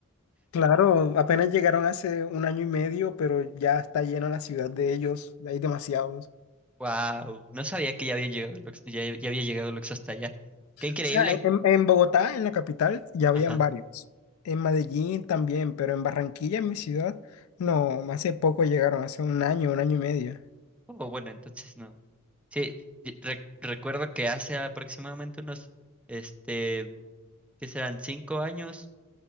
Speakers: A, on the left (about 70°); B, in the centre.
A: Claro, apenas llegaron hace un año y medio, pero ya está llena la ciudad de ellos, hay demasiados.
B: Wow, no sabía que ya habían llegado Lux- ya, ya había llegado Lux hasta allá.
A: O
B: Qué increíble.
A: sea, en, en Bogotá, en la capital, ya habían
B: Ajá.
A: varios. En Medellín también, pero en Barranquilla, en mi ciudad, no, hace poco llegaron, hace un año, un año y medio.
B: Oh, bueno, entonces no. Sí, y re- recuerdo que hace aproximadamente unos, este, ¿qué serán? Cinco años,